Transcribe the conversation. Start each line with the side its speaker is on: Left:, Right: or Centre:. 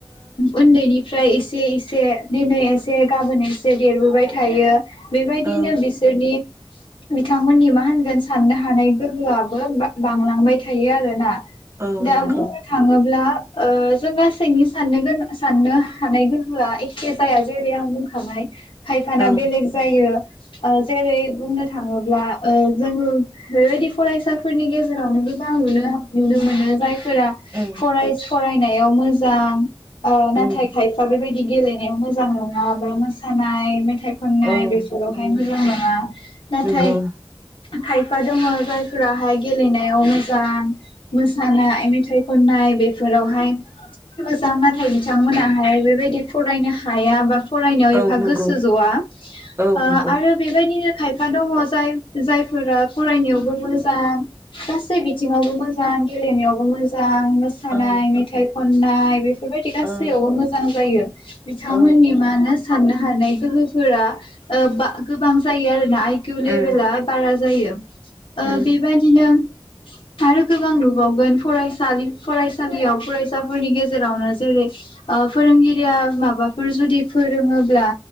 Left: उन्दैनिफ्राय एसे एसे दिनै एसे गाबोन एसे देरबोबाय थायो। बेबायदिनो।
Right: औ
Left: बिदि बिथांमोननि मा होनगोन साननो हानाय गोहोआबो बांलांबाय थायो आरो ना।
Right: औ
Left: दा
Right: नंगौ
Left: बुंनो थाङोब्ला। जों गासैनि साननो गोनां साननो हानाय गोहोआ एखे जाया जेरै आं बुंखाबाय। खायफाना
Right: औ
Left: बेलेग जायो। जेरै बुंनो थाङोब्ला। आरो बेबायदि फरायसाफोरनि गेजेरावनो मोजां मोनो। नुनो मोनो जायफोरा
Right: उम
Left: फराय फरायनाय। मोजां नाथाय
Right: उम
Left: खायफा बेबायदि गेलेनायाव मोजां नङा बा मोसानाय। मेथाइ खननाय
Right: औ
Left: बेसोरो। <unintelligible> मोजां
Right: औ
Left: नङा नाथाय
Right: नंगौ
Left: खाय <unintelligible> जायफोराहाय गेलनाय नायाव मोजां मोसानाय मेथाइ खननाय बेफोरावहाय मोजां नाथाय बिथांमोनाहाय बेबायदि फरायनो हाया बा फरायनायाव
Right: औ
Left: एफा
Right: नंगौ
Left: गोसो ज'आ।
Right: औ
Left: ओ
Right: नंगौ
Left: आरो बेबायदिनो खायफा दङ जाय जायफोरा फरायनायावबो मोजां गासै बिथिङावबो मोजां गेलेनायावबो मोजां। आं मोसानाय
Right: औ
Left: मेथाइ खननाय बे फोरबायदि गासैयावबो
Right: औ
Left: मोजां जायो। बिथांमोननि
Right: औ नंगौ
Left: मानो साननो हानाय गोहोफोरा ओ बा गोबां जायो आरो। ना आइक्युउ लेबेला
Right: उम
Left: बारा जायो। ओ
Right: उम
Left: बेबादिनो आरो गोबां नुबावगोन फरायसालि फरायसालियाव फरायसाफोरनि गेजेरावनो जेरै ओ फोरोंगिरिया माबाफोर जुदि फोरोङोब्ला